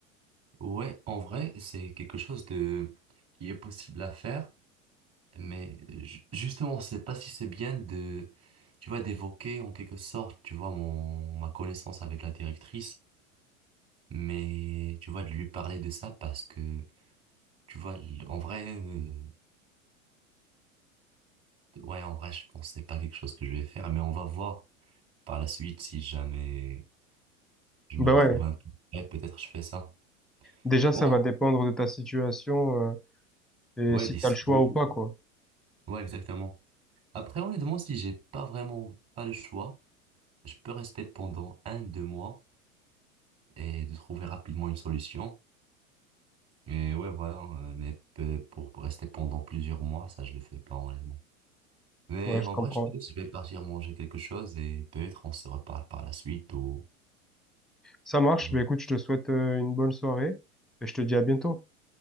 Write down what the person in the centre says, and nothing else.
Ben
ouais,
déjà
ça va dépendre de ta situation euh,
et si
t'as le choix
ou pas, quoi.
Ouais,
je comprends.
Ça marche.
Bah, écoute, je te souhaite euh, une bonne soirée et je te dis à bientôt.